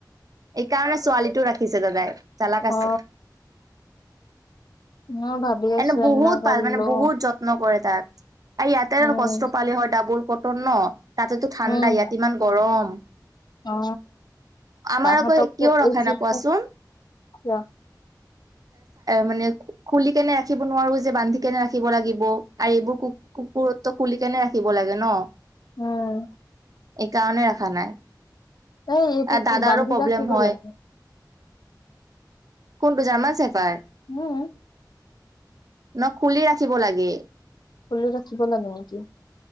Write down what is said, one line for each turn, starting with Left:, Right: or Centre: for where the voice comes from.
Right: এইকাৰণে ছোৱালীটো ৰাখিছে দাদাই। জালক আছে।
Left: অ মই ভাবি আছো
Right: এনে বহুত ভাল মানে,
Left: লম
Right: বহুত যত্ন কৰে। তাত। এই ইয়াতে আৰু
Left: উম
Right: কষ্ট পালে হয়, ডাবুল। কটত ন। তাতেতো ঠাণ্ডা,
Left: উম
Right: ইয়াত ইমান গৰম।
Left: অ,
Right: আমাৰ
Left: তাহতকো
Right: আকৌ কিয় ৰখা
Left: এই
Right: নাই কোৱাচোন
Left: <unintelligible> কিয়?
Right: মানে খুলি কেনে ৰাখিব নোৱাৰো যে, বান্ধি কেনে ৰাখিব লাগিব। আৰু এইবোৰ কু, কুকুৰ ত খুলি কেনে ৰাখিব লাগে ন?
Left: উম!
Right: এই কাৰণে ৰাখা নাই।
Left: এই এইটো
Right: আৰু দাদাৰো
Left: বান্ধি
Right: প্ৰব্লেম
Left: ৰাখিব
Right: হয়
Left: লাগে।
Right: কোনটো জাৰ্মান ছেফাৰ্ড?
Left: উম।
Right: ন খুলি ৰাখিব লাগে।
Left: খুলি ৰাখিব লাগে নেকি?